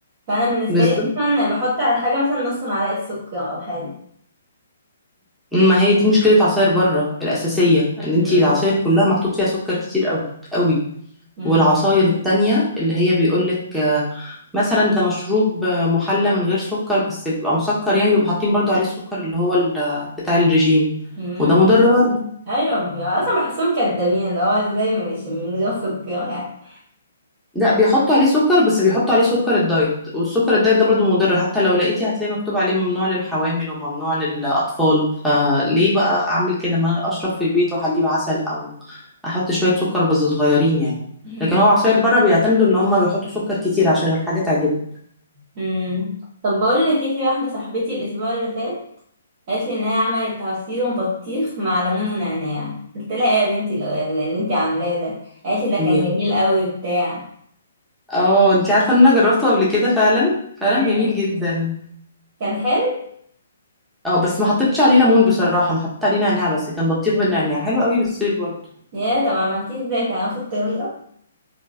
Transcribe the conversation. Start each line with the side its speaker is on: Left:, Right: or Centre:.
Right: فانا بالنسبه
Centre: بالظبط
Right: لي مثلا بحط على الحاجه مثلا نص معلقه سكر او حاجه
Centre: ما هي دي مشكلة عصاير بره الأساسية إن أنتي
Right: امم
Centre: العصاير كلها محطوط فيها سكر كتير قوي قوي
Right: امم
Centre: والعصاير التانية اللي هي بيقولك آه، مثلا ده مشروب آه، محلى من غير سكر بس بيبقى مسكر يعني بيبقوا حاطين برضو عليه السكر اللي هو ال- بتاع الرجيم
Right: امم
Centre: وده مضر برضو
Right: ايوه بي- اصلا بحسهم كدابين اللي هو ازاي مش من غير سكر يعني
Centre: لا بيحطوا عليه سكر بس بيحطوا عليه سكر الدايت والسكر الدايت ده برضو مضر حتى لو لقيتي هتلاقي مكتوب عليه ممنوع للحوامل وممنوع للأطفال فليه بقى أعمل كده ما أنا أشرب في البيت وأحليه بعسل أو أحط شوية سكر بس صغيرين يعني
Right: <laughs> مم.
Centre: لكن هو عصير بره بيعتمدوا إن هما بيحطوا سكر كتير عشان الحاجة تعجبك
Right: مم. طب بقول لك ايه في واحده صاحبتي الاسبوع اللي فات قالت لي ان هي عملت عصير بطيخ مع ليمون ونعناع قلت لها ايه يا بنتي اللي اللي انت عاملاه ده قالت لي ده كان
Centre: yeah.
Right: جميل قوي بتاع
Centre: اه انت عارفة إن أنا جربته قبل كده فعلا
Right: ياه
Centre: فعلا جميل جدا
Right: كان حلو
Centre: اه بس ما حطيتش عليه ليمون بصراحة أنا حطيت عليه نعناع بس كان بطيخ بالنعناع حلو قوي للصيف برضو
Right: ياه طب عملتيه ازاي كان نفس الطريقة